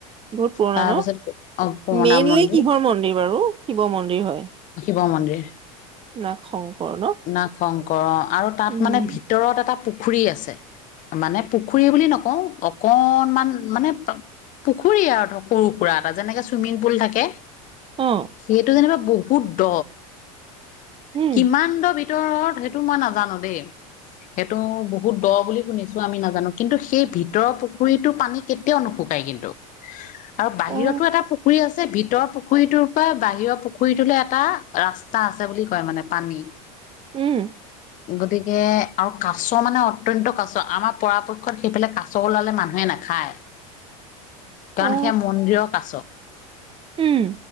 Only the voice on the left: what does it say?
তাৰপিছত
অ' পুৰণা
মন্দিৰ
শিৱ মন্দিৰ।
নাগংকৰ আৰু তাত
মানে ভিতৰত এটা পুখুৰী আছে। মানে পুখুৰী বুলি নকও অকনমান মানে পুখুৰী আৰু সৰুসুৰা এটা যেনেকে চুইমিং পুল থাকে।
সেইটো যেনিবা বহুত দ
কিমান দ ভিতৰত সেইটো মই নাজানো দেই। সেইটো বহুত দ বুলি শুনিছো আমি নাজানো কিন্তু সেই ভিতৰৰ পুখুৰীতো পানী কেতিয়াও নুশুকাই কিন্তু। আৰু বাহিৰতো
এটা পুখুৰী আছে ভিতৰ পুখুৰীটোৰ পৰা বাহিৰৰ পুখুৰী পুখুৰীটোলৈ এটা ৰাস্তা আছে বুলি কয় মানে পানী
গতিকে আৰু কাছ মানে অত্যন্ত কাছ। আমাৰ পৰাপক্ষত সেইফালে কাছ ওলালে মানুহে নাখায়। কাৰণ
সেয়া মন্দিৰৰ কাছ